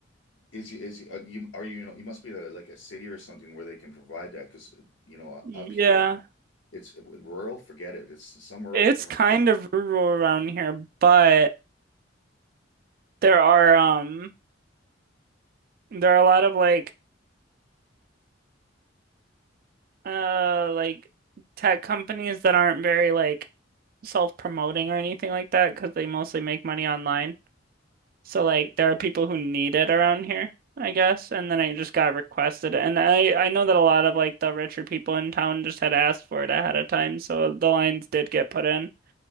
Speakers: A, on the left (about 75°); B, on the right (about 50°).
A: is is uh, you are you, you know you must be a, like a city or something where they can provide that because you know
B: Yeah.
A: uh, up here it's rural, forget it. It's some rural
B: It's
A: around
B: kind
A: here,
B: of rural around here, but there are um there are a lot of like uh like tech companies that aren't very like self-promoting or anything like that because they mostly make money online. So
A: right?
B: like there are people who need it around here, I guess. And then I just got requested. it. And I I know that a lot of like the richer people in town just had asked for it ahead of time, so the lines did get put in,